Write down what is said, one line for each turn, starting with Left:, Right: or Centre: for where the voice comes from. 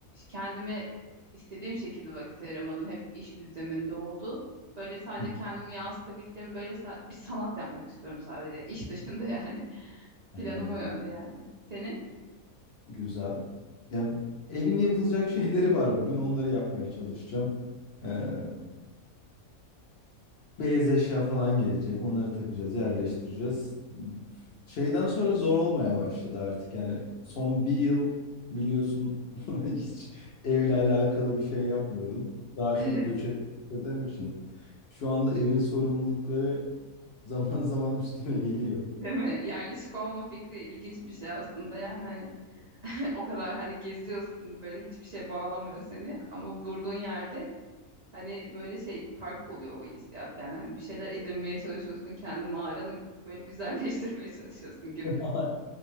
Right: kendime istediğim şekilde vakit ayıramadım. Hep iş düzleminde oldu. Böyle sadece
Left: Hı.
Right: kendimi yansıtabildiğim böyle sa- bir sanat yapmak istiyorum sadece. İş dışında yani. <laughs>
Left: Vallahi
Right: Planım
Left: Güzel.
Right: o yönde yani. Senin?
Left: Güzel. Ya evin yapılacak <laughs> şeyleri var bugün. Onları yapmaya çalışacağım. Ee, Beyaz eşya falan gelecek. Onları takacağız, yerleştireceğiz. Şeyden sonra zor olmaya başladı artık. Yani son bir yıl biliyorsun <laughs> hiç evle alakalı bir şey yapmıyordum. Daha
Right: <laughs>
Left: çok göç ettiğim için. Şu anda evin sorumlulukları <laughs> zaman zaman üstüme geliyor.
Right: Değil mi? Yerleşik olma fikri ilginç bir şey aslında yani hani <laughs> o kadar hani geziyorsun böyle hiçbir şeye bağlamıyor seni ama o durduğun yerde hani böyle şey farklı oluyor o hissiyat yani hani bir şeyler edinmeye çalışıyorsun kendi mağaranı böyle <laughs> güzelleştirmeye çalışıyorsun gibi.
Left: <laughs>